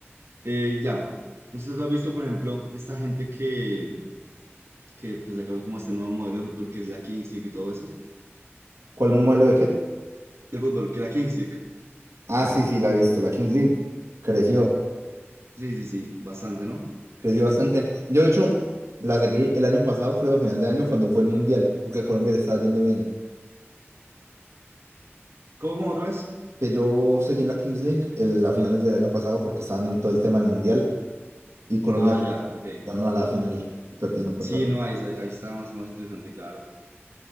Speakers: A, on the right; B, on the right.
A: Eh, ya, no sé si tú has visto, por ejemplo, esta gente que, que pues, sacó como este nuevo modelo de fútbol que es la Kings League y todo eso.
B: ¿Cuál modelo de qué?
A: De fútbol, que la Kings League.
B: Ah, sí,
A: que
B: sí,
A: es
B: la
A: como-
B: he visto, la Kings League. Creció,
A: Sí, sí, sí, bastante, ¿no?
B: creció bastante. Yo, de hecho, la seguí el año pasado, creo, a final de año, cuando fue el Mundial, porque a Colombia le estaba yendo bien.
A: ¿Cómo, cómo otra vez?
B: Que yo seguí la Kings League el- a finales del año pasado porque estaban en todo el tema del Mundial y Colombia
A: Ah,
B: le estaba
A: ya, ok.
B: ganando a la final, perdieron contra.
A: Sí, no, ahí, ahí ahí está más, más interesante, claro.